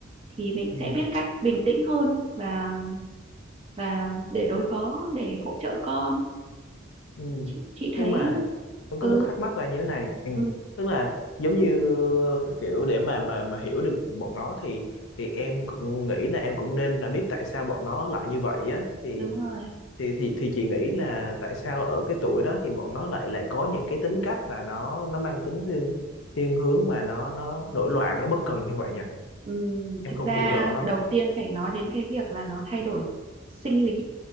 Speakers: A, on the right; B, on the left.
A: thì mình
B: ừ
A: sẽ biết cách bình tĩnh hơn và và để đối phó để hỗ trợ con
B: ừ
A: chị, chị thấy
B: nhưng mà em
A: ừ,
B: có một thắc mắc là như thế này ừ.
A: ừ
B: tức là giống như kiểu để mà mà mà hiểu được bọn nó thì thì em cũng nghĩ là em cũng nên là biết tại sao bọn nó lại như vậy á thì
A: đúng rồi
B: thì thì thì chị nghĩ là tại sao ở cái tuổi đó thì bọn nó lại lại có những cái tính cách mà nó nó mang tính thiên thiên hướng mà nó nó nổi loạn nó bất cần như vậy nhỉ
A: ừ,
B: em
A: thực
B: không
A: ra
B: hiểu rõ lắm
A: đầu tiên phải nói đến cái việc là nó thay đổi sinh lý